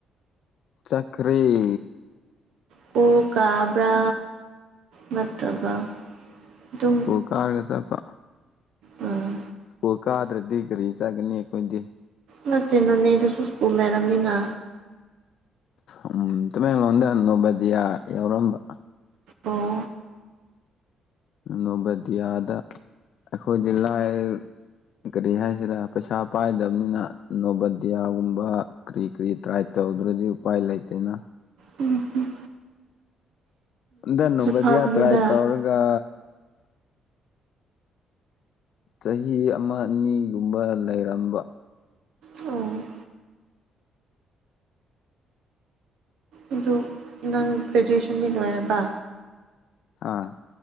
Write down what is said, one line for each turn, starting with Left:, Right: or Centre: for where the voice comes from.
Left: ꯆꯀꯔꯤ
Right: ꯄꯨꯨ ꯀꯥꯕ꯭ꯔꯥ ꯅꯠꯇ꯭ꯔꯒ ꯑꯗꯨꯝ
Left: ꯁ꯭ꯀꯨꯜ ꯀꯥꯔꯒ ꯆꯠꯄ
Right: ꯑꯥ
Left: ꯀꯣꯏ ꯀꯥꯗ꯭ꯔꯗꯤ ꯀꯔꯤ ꯆꯥꯒꯅꯤ ꯑꯩꯈꯣꯏꯗꯤ
Right: ꯅ ꯇꯦꯅꯣꯅꯦ ꯑꯗꯨꯁꯨ ꯁꯀꯨꯜ ꯂꯩꯔꯝꯅꯤꯅ
Left: ꯎꯝ ꯇꯨꯃꯦꯡꯂꯣꯗ ꯅꯣꯕꯗꯤꯌꯥ ꯌꯥꯎꯔꯝꯕ
Right: ꯑꯣ
Left: ꯅꯣꯚꯗꯤꯌꯥꯗ ꯑꯩꯈꯣꯏꯗꯤ ꯂꯥꯏ ꯀꯔꯤ ꯍꯥꯏꯁꯤꯔꯥ ꯄꯩꯁꯥ ꯄꯥꯏꯗꯕꯅꯤꯅ ꯅꯣꯕꯥꯗꯤꯌꯥꯒꯨꯝꯕ ꯀꯔꯤ ꯀꯔꯤ ꯇ꯭ꯔꯥꯏ ꯇꯧꯗ꯭ꯔꯗꯤ ꯎꯄꯥꯏ ꯂꯩꯇꯦꯅ
Right: ꯎꯝ ꯎꯝ
Left: ꯟꯅꯣꯕꯗꯤꯌꯥ
Right: ꯐꯥꯕꯅꯤꯗ
Left: ꯇ꯭ꯔꯥꯏ ꯇꯧꯔꯒ ꯆꯍꯤ ꯑꯃ ꯑꯅꯤꯒꯨꯝꯕ ꯂꯩꯔꯝꯕ
Right: ꯑ ꯑꯗꯨ ꯅꯪ ꯒ꯭ꯔꯦꯖꯨꯋꯦꯁꯟꯗꯤ ꯂꯣꯏꯔꯕ
Left: ꯑꯥ